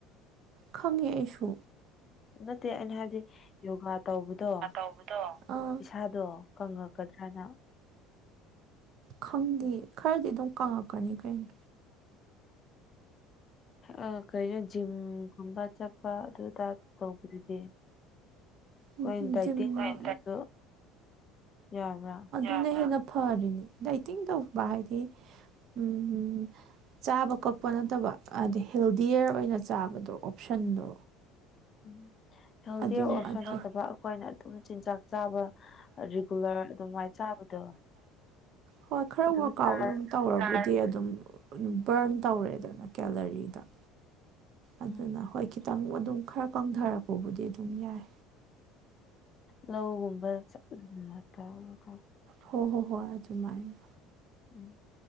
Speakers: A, on the right; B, on the left.
A: ꯈꯪꯉꯦ ꯑꯩꯁꯨ꯫
B: ꯅꯠꯇꯦ ꯑꯩꯅ ꯍꯥꯏꯕꯗꯤ ꯌꯣꯒꯥ ꯇꯧꯕꯗꯣ
A: ꯑꯥ꯫
B: ꯏꯁꯥꯗꯣ ꯀꯪꯉꯛꯀꯗ꯭ꯔꯅ
A: ꯈꯪꯗꯦ ꯈꯔꯗꯤ ꯑꯗꯨꯝ ꯀꯪꯉꯛꯀꯅꯤ ꯀꯩꯅꯣ꯫
B: ꯑ ꯀꯩꯅꯣ ꯖꯤꯝꯒꯨꯝꯕ ꯆꯠꯄ ꯑꯗꯨꯗꯥ ꯇꯧꯕꯗꯨꯗꯤ꯫ ꯑꯩꯈꯣꯏꯅ
A: ꯑꯝ
B: ꯗꯥꯏꯇꯤꯡ
A: ꯖꯤꯝ ꯑꫭ
B: ꯇꯧꯗ꯭ꯔꯁꯨ ꯌꯥꯕ꯭ꯔꯥ
A: ꯑꯗꯨꯅ ꯍꯦꯟꯅ ꯐꯔꯤꯅꯦ ꯗꯥꯏꯇꯤꯡ ꯇꯧꯕ ꯍꯥꯏꯗꯤ ꯎꯝ ꯎꯝ ꯆꯥꯕ ꯀꯛꯄ ꯅꯠꯇꯕ ꯑꯗꯤ ꯍꯦꯜꯗꯤꯌꯔ ꯑꯣꯏꯅ ꯆꯥꯕꯗꯣ ꯑꯣꯞꯁꯟꯗꯣ꯫
B: ꯎꯝ꯫ ꯍꯦꯜꯗꯤꯌꯔ
A: ꯑꯗꯨ
B: ꯑꯣꯞꯁꯟ
A: ꯑꯗꯨ
B: ꯅꯠꯇꯕ ꯑꯩꯈꯣꯏꯅ ꯑꯗꯨꯝ ꯆꯤꯟꯖꯥꯛ ꯆꯥꯕ ꯔꯤꯒꯨꯂꯔ ꯑꯗꯨꯃꯥꯏꯅ ꯆꯥꯕꯗꯣ꯫
A: ꯍꯣꯏ ꯈꯔ
B: ꯑꯗꯨꯝ
A: ꯋꯀꯥꯎꯒꯗꯝꯅꯤ꯫
B: ꯆꯥꯔ
A: ꯇꯧꯔꯕꯨꯗꯤ ꯑꯗꯨꯝ ꯕꯔꯟ ꯇꯧꯔꯦꯗꯅ ꯀꯦꯂꯣꯔꯤꯗꫭ꯫ ꯑꯗꯨꯅ
B: ꯎꯝ
A: ꯍꯣꯏ ꯈꯤꯇꯪ ꯑꯗꯨꯝ ꯈꯔ ꯀꯪꯊꯔꯛꯄꯕꯨꯗꯤ ꯑꯗꯨꯝ ꯌꯥꯏ꯫
B: ꯂꯧꯒꯨꯝꯕ ꯆꯠꯄꯗꯨꯅ ꯇꯧꯔꯗꫭ꯫
A: ꯍꯣ ꯍꯣ ꯍꯣ ꯑꯗꯨꯃꯥꯏꯅ꯫
B: ꯎꯝ꯫